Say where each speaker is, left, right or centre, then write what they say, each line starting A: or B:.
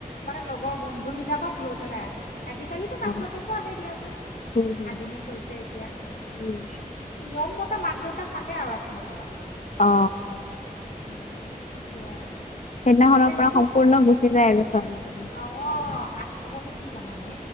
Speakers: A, on the left (about 80°); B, on the left (about 55°).
A: মানে লগৰ বন্ধু বিলাকক লৈ পেলাই আহে। আজিকালিতো মাক
B: অ
A: বাপেকো আহে দিয়াচোন
B: উম হম
A: আধুনিক হৈছে এতিয়া।
B: উম
A: কমতে মাক দেউতাক নাহে আৰু আঠমঙলাত।
B: অ।
A: উম সেইটোৱে আৰু।
B: সেইদিনাখনৰ
A: মানে যিটো
B: পৰা সম্পূৰ্ণ গুচি যায় আৰু ছোৱালীজনী।
A: অ', আচলতে কি জানানে